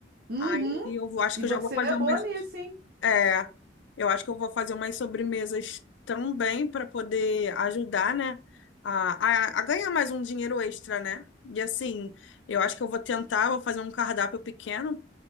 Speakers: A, on the right; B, on the left.
A: Uhum.
B: Aí eu vou- acho
A: E
B: que
A: você
B: eu já vou fazer
A: é boa
B: umas.
A: nisso, hein?
B: É, eu acho que eu vou fazer umas sobremesas também para poder ajudar, né? A, a, a ganhar mais um dinheiro extra, né? E assim, eu acho que eu vou tentar, vou fazer um cardápio pequeno